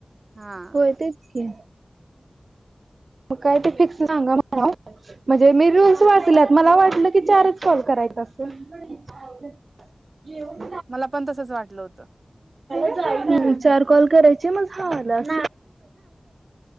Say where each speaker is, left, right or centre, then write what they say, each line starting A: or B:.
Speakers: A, on the right (about 65°); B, on the right (about 85°).
A: हा
B: व्हय तेच की म काय ते फिक्स सांगा म्हणावं. म्हणजे मी रूल्स वाचल्यात, मला वाटलं की चारच कॉल करायचा असं. जाऊद्या जेवण
A: मला पण तसच वाटलं होतं
B: झालंय <inaudible> चार कॉल करायचे मग झालं, अस